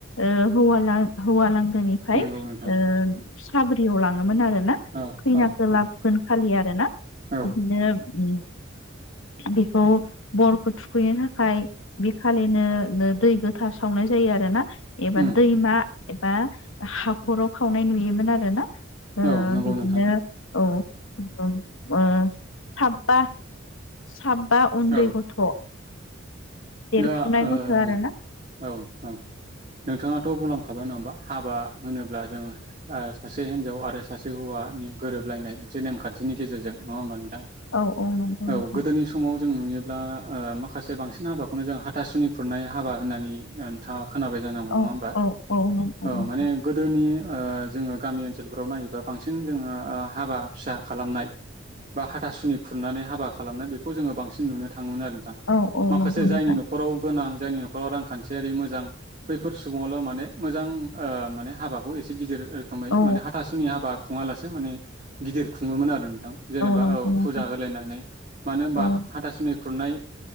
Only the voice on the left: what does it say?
ओ हौवा-हौवाालांगोनिफ्राय
ओ साब्रियाव लाङोमोन आरो ना
खैनाखो
लाबगोन खालि आरो ना
बिदिनो ओम बेखौ बरखौ थुखैनो थाखाय बे खालिनो दै गोथार सावनाय जायो आरोना एबा
दैमा एबा हाखराव खावनाय नुयोमोन आरो ना ओ
बिदिनो
औ। औ ओ साबा सा बा उन्दै
गथ' देरफुनाय
गथ' आरोना
औ नंगौ नोंथां
औ
औ नंगौ
नोंथां
औ औ
नंगौ नोंथां
औ
नंगौ
नोंथां
औ